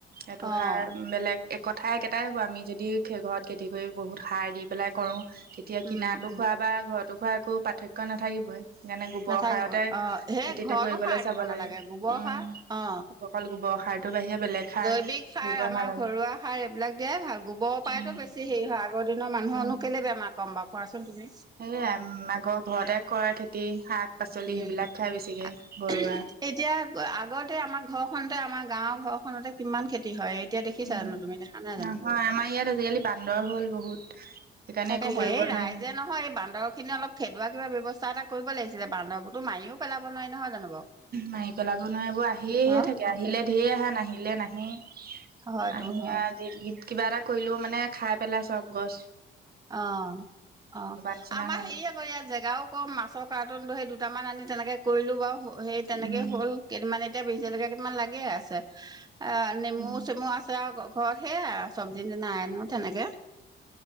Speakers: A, on the right; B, on the right.
A: এইটো
B: অ'
A: সাৰ বেলেগ একথাই একেটাই হ'ব আমি যদি ঘৰত খেতি কৰি বহুত সাৰ দি পেলাই কৰো তেতিয়া
B: উম
A: কিনাটো
B: উম
A: খোৱা বা ঘৰতো খোৱা একো পাৰ্থক্য নাথাকিবই। সেইকাৰণে গোবৰ
B: নাথাকিব,
A: সাৰতে
B: অ, সেই
A: খেতিটো
B: ঘৰতো
A: কৰিবলৈ
B: সাৰ
A: চাব
B: দিব নালাগে
A: লাগে
B: গোবৰ
A: উম,
B: সাৰ অ,
A: অকল গোবৰ সাৰটোৰ বাহিৰে বেলেগ সাৰ
B: জৈৱিক সাৰ
A: দিব
B: আমাৰ
A: নালাগে
B: ঘৰুৱা সাৰ এইবিলাক দিয়াই ভাল। গোবৰৰ
A: উম,
B: পাইতো বেছি হেৰি হয় আগৰ দিন নৰ মানুহৰনো
A: উম।
B: কেলে বেমাৰ কম বাৰু কোৱাচোন? তুমি
A: সেয়াই আগৰ ঘৰতে কৰে খেতি, শাক পাচলি
B: উম,
A: সেইবিলাক খাই বেছিকে
B: আ
A: ঘৰুৱা।
B: উঁহুম -এতিয়া আগতে আমাৰ ঘৰখনতে আমাৰ গাঁৱৰ ঘৰখনতে কিমান খেতি তি হয় এতিয়া দেখিছা
A: উম,
B: জানো তুমি, দেখা নাই
A: নহয়
B: জানো?
A: আমাৰ ইয়াত আজিকালি বান্দৰ হ'ল বহুত সেইকাৰণে
B: তাকেহে,
A: একো কৰিব
B: এই
A: নোৱাৰি
B: ৰাইজে নহয় এই বান্দৰখিনি অলপ খেদোৱা কিবা ব্যৱস্থা এটা কৰিব লাগিছিলে। বান্দৰবো মাৰিও পেলাব নোৱাৰ নহয় জানো?
A: মাৰি পেলাব নোৱাৰে, এইবোৰ আহিয়ে
B: অ
A: থাকে। আহিলে ঢেৰ আহে, নাহিলে নাহেই।
B: হয়তো
A: আহি
B: হয়
A: কিবা এটা কৰিলেও মানে খাই পেলাই চব গছ
B: অ অ
A: নিচিনা
B: আমাৰ
A: হয়
B: হেৰি আকৌ ইয়াত জেগাও কম মাছৰ কাৰ্টনটো সেই দু দুটামান আনি তেনেকে কৰিলো বাৰু সেই তেনেকে
A: উম
B: হ'ল কেইদিন মানে এতিয়া বিজ জলকীয়া কেইটামান লাগে আছে অ নেমু
A: উম
B: চেমু আছে আও ঘৰত সেয়া চব্জি যে নাই আনো তেনেকে